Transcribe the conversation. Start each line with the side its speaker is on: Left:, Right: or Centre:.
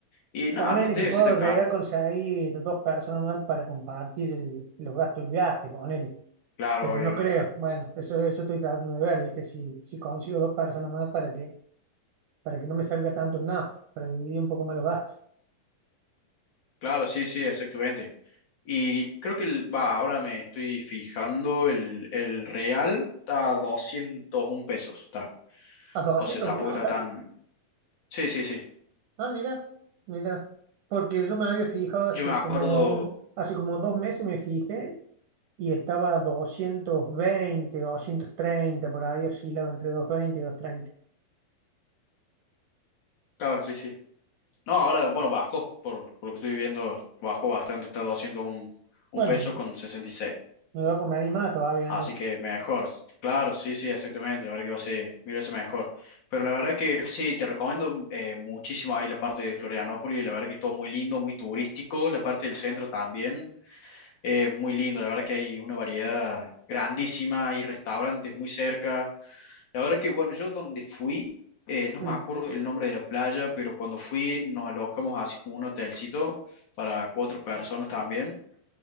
Left: Y nada,
Right: Con
Left: no
Right: el equipo
Left: debe ser tan
Right: llega
Left: caro.
Right: a conseguir dos personas más para compartir el- los gastos del viaje, ponele.
Left: Claro,
Right: Pero
Left: obvio,
Right: no
Left: obvio.
Right: creo. Bueno, eso, eso estoy tratando de ver, ¿viste? Si, si consigo dos personas más para que, para que no me salga tanto el nafta, para dividir un poco más los gastos.
Left: Claro, sí, sí, exactamente. Y creo que, el- va, ahora me estoy fijando, el, el real está a 201 pesos, está.
Right: ¿A doscientos
Left: O sea, tampoco
Right: uno
Left: está
Right: está?
Left: tan... Sí, sí, sí.
Right: Ah, mira, mira. Porque yo me había fijado hace
Left: Yo me acuerdo,
Right: como, un- hace como dos meses me fijé y estaba a 220, doscientos treinta por ahí oscilaba entre 220 y doscientos treinta
Left: claro, sí, sí. No, ahora, bueno, bajo por, por lo que estoy viendo, bajo bastante, está haciendo un, un
Right: Bueno,
Left: peso con sesenta y seis
Right: Me voy a comer animada todavía,
Left: Así
Right: entonces.
Left: que mejor, claro, sí, sí, exactamente, la verdad que va a ser mil veces mejor. Pero la verdad que sí, te recomiendo eh, muchísimo ahí la parte de Florianópolis, la verdad que es todo muy lindo, muy turístico, la parte del centro también, es muy lindo, la verdad que hay una variedad grandísima, hay restaurantes muy cerca. La verdad que, bueno, yo donde fui, eh, no
Right: Mm,
Left: me acuerdo el nombre de la playa, pero cuando fui nos alojamos así como un hotelcito para cuatro personas también.